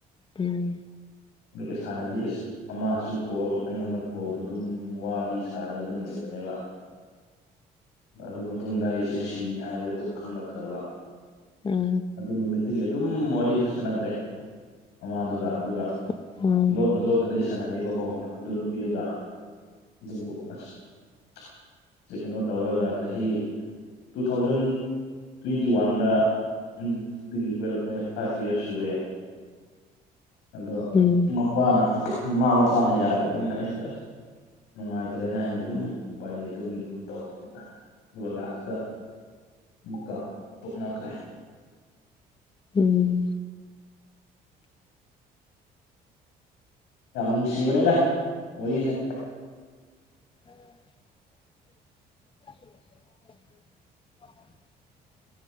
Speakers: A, on the left; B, on the left.
A: ꯎꯝ
B: ꯏꯁ ꯍꯟꯅꯗꯤ ꯏꯁ ꯃꯃꯥꯁꯨ ꯀꯣꯜ ꯑꯩꯉꯣꯟꯗ ꯀꯣꯜꯗꯣ ꯑꯗꯨꯝ ꯋꯥꯔꯤꯗꯤ ꯁꯥꯔꯒ ꯑꯗꯨꯝ ꯂꯩꯕꯅꯦꯕ꯫ ꯑꯗꯨ ꯃꯇꯨꯡꯗ ꯑꯩꯁꯦ ꯁꯤ ꯁꯤꯅꯤ ꯍꯥꯏꯕꯗ ꯑꯗꯨꯝ ꯈꯪꯂꯛꯇ꯭ꯔꯕ
A: ꯑꯥ
B: ꯑꯗꯨ ꯅꯨꯃꯤꯠꯇꯨꯒꯤ ꯑꯗꯨꯝ ꯋꯥꯔꯤꯁꯨ ꯁꯥꯟꯅꯗ꯭ꯔꯦ ꯃꯃꯥꯗꯨꯒ ꯑꯗꯨꯒ
A: ꯑꯥ
B: ꯂꯣꯇꯅꯥ ꯂꯣꯇꯅꯥꯗ ꯁꯥꯟꯅꯩꯑꯕ ꯑꯗꯨ ꯅꯨꯄꯤꯗꯨꯒ ꯑꯗꯨꯕꯨ ꯑꯁ ꯀꯩꯅꯣ ꯇꯧꯔꯒ ꯆꯍꯤ ꯇꯨ ꯊꯥꯎꯖꯟ ꯇ꯭ꯋꯦꯟꯇꯤ ꯋꯥꯟꯗꯗꯒꯤ ꯑꯣꯏꯣꯏꯔꯛꯄ ꯐꯥꯏꯚ ꯌꯔꯁ ꯁꯨꯔꯦ꯫ ꯑꯗꯣ
A: ꯎꯝ
B: ꯃꯄꯥꯅ ꯃꯃꯥ ꯃꯄꯥꯅ ꯌꯥꯗꯕꯅꯤꯅ ꯑꯩꯁꯨ ꯑꯁ ꯅꯨꯡꯉꯥꯏꯇ ꯂꯩꯅ ꯍꯥꯏꯅ ꯑꯗꯨꯝ ꯎꯄꯥꯏ ꯂꯩꯇꯕꯒꯤ ꯑꯗꯨꯝ ꯇꯧꯅꯤꯅ ꯑꯗꯨꯒ ꯂꯥꯁꯇ ꯑꯃꯨꯛꯀ ꯇꯣꯛꯅꯈ꯭ꯔꯦ
A: ꯎꯝ
B: ꯌꯥꯝꯅꯨꯡꯁꯤꯕꯅꯦꯗ ꯑꯣꯔꯤꯁꯦ
A: ꯎ <inaudible> <inaudible>